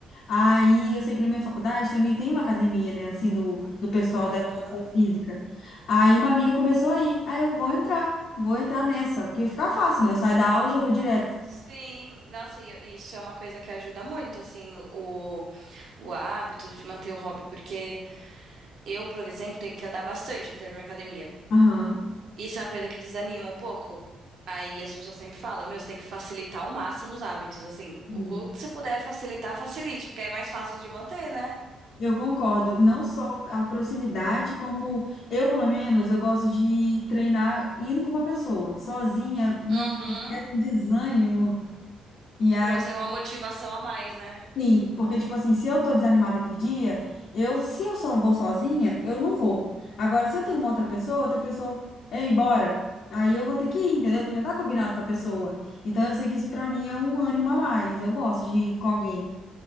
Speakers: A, on the left; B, on the right.
A: Aí, eu sei que na minha faculdade também tem uma academia, né, assim, do, do pessoal
B: Aham.
A: da educação física. Aí, uma amiga começou a ir. Aí, eu vou entrar, vou entrar nessa, porque fica fácil, né? Eu saio da aula e já vou direto.
B: Sim. Nossa, e eu- isso é uma coisa que ajuda muito, assim, o o hábito de manter o hobby, porque eu, por exemplo, tenho que andar bastante até a minha academia.
A: Aham.
B: Isso é uma coisa que desanima um pouco. Aí as pessoas sempre falam, meu, você tem que facilitar ao máximo os hábitos, assim,
A: Sim.
B: o quanto você puder facilitar, facilite, porque aí é mais fácil de manter, né?
A: Eu concordo. Não só a proximidade, como eu, pelo menos, eu gosto de treinar indo com uma pessoa, sozinha. Nossa,
B: Uhum.
A: era um desânimo. E
B: Que
A: aí,
B: pra você é uma motivação a mais, né?
A: Sim, porque, tipo assim, se eu tô desanimada aquele dia, eu, se eu só vou sozinha, eu não vou. Agora, se eu tenho uma outra pessoa, outra pessoa é embora, aí eu vou ter que ir, entendeu? Porque já tá combinado com a pessoa. Então, eu sei que isso pra mim é um ânimo a mais. Eu gosto de ir com alguém.